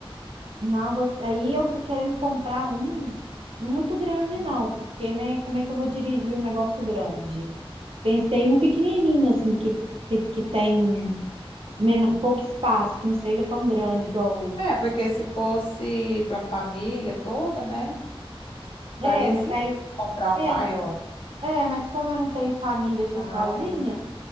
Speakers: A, on the right; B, on the left.
A: Não, eu vou- aí eu tô querendo comprar um não muito grande
B: Hum.
A: não, porque né, como é que eu vou dirigir um negócio grande? Pensei num pequenininho, assim, que, que que tem men- pouco espaço, que não seja tão grande igual.
B: É, porque se fosse para a família toda, né,
A: o-
B: faria
A: É, mas
B: sentido
A: aí.
B: comprar um
A: É,
B: maior.
A: é, mas como eu não tenho família, eu sou
B: Mas
A: sozinha,